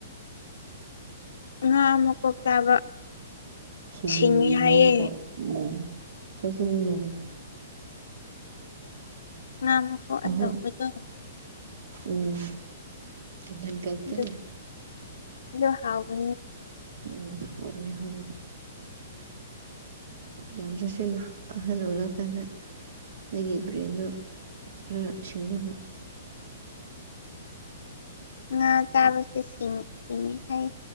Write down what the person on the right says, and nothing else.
ꯁꯤ
ꯏ <unintelligible>
ꯆꯁꯤ <unintelligible>
ꯑꯍꯟ
ꯎꯝ ꯃ ꯀꯧ
ꯇ
ꯎꯝ ꯍꯅꯦ ꯍꯥꯎꯗ ꯌꯥꯝ ꯆꯠꯁꯤꯜꯂꯨ ꯑꯍꯟ ꯑꯣꯏꯔꯛꯑꯀꯥꯟꯗ ꯑꯩꯒꯤ ꯕ꯭ꯔꯦꯟꯗꯣ ꯈꯔ ꯁꯤꯡꯕ